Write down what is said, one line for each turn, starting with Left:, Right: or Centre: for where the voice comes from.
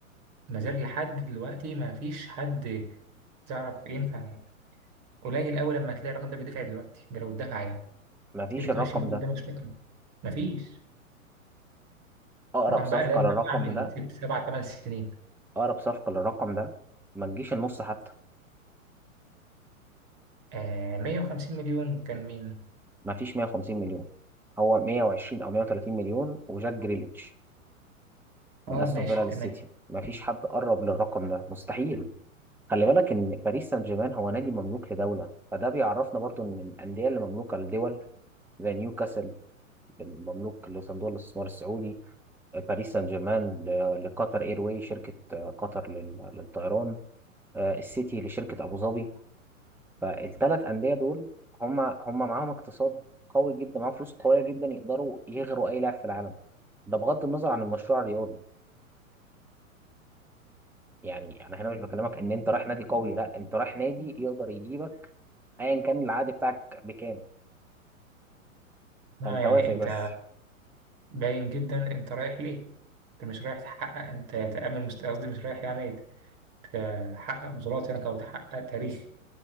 Right: ما زال لحد دلوقتي ما فيش حد تعرف ينفع يعني قليل قوي لما تلاقي الرقم ده بيدفع دلوقتي ده لو اتدفع يعني
Centre: مفيش
Right: 22
Centre: الرقم
Right: جنيه
Centre: ده
Right: ده مش فاكره مفيش
Centre: اقرب
Right: وكان بقى
Centre: صفقه
Right: ده اتباع
Centre: للرقم
Right: من
Centre: ده
Right: ست سبع تمن سنين
Centre: اقرب صفقه للرقم ده ما تجيش النص حتى
Right: آه 150 مليون كان مين؟
Centre: ما فيش 150 مليون هو 120 او 130 مليون وجاك جريليتش من
Right: اه
Centre: استون
Right: ماشي
Centre: فيلا للسيتي
Right: تمام
Centre: ما فيش حد قرب للرقم ده مستحيل خلي بالك ان باريس سان جيرمان هو نادي مملوك لدوله فده بيعرفنا برضو ان الانديه اللي مملوكه لدول زي نيوكاسل مملوك لصندوق الاستثمار السعودي باريس سان جيرمان ل- لقطر اير واي شركه آه، قطر لل- للطيران آه، السيتي لشركه ابو ظبي فالثلاث أندية دول هم هم معاهم اقتصاد قوي جدا معاهم فلوس قوية جدا يقدروا يغروا أي لاعب في العالم ده بغض النظر عن المشروع الرياضي يعني أنا هنا مش بكلمك إن أنت رايح نادي قوي لا أنت رايح نادي يقدر يجيبك أيا كان العقد بتاعك بكام فأنت
Right: اه يعني
Centre: وافق
Right: انت
Centre: بس
Right: باين جدا انت رايح ليه؟ انت مش رايح تحقق انت تأمن مست... قصدي مش رايح يعني تحقق بطولات هناك او تحقق تاريخ